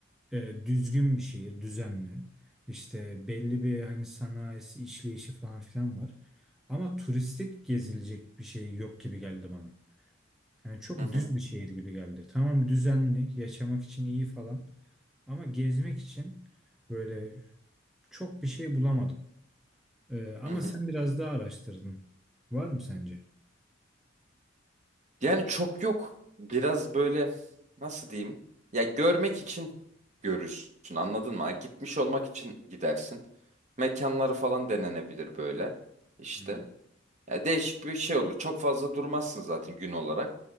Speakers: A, in the centre; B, on the right (about 35°).
A: e, düzgün bir şehir, düzenli. İşte belli bir hani sanayisi, işleyişi falan filan var. Ama turistik gezilecek bir şey yok gibi geldi bana. Yani çok
B: Hı hı.
A: düz bir şehir gibi geldi. Tamam düzenli, yaşamak için iyi falan. Ama gezmek için böyle çok bir şey bulamadım. Ee, ama
B: Hı hı.
A: sen biraz daha araştırdın. Var mı sence?
B: Yani çok yok. Biraz böyle nasıl diyeyim? Ya görmek için görürsün anladın mı? Gitmiş olmak için gidersin. Mekanları falan denenebilir böyle işte.
A: Hmm.
B: Ya değişik bir şey olur. Çok fazla durmazsın zaten gün olarak.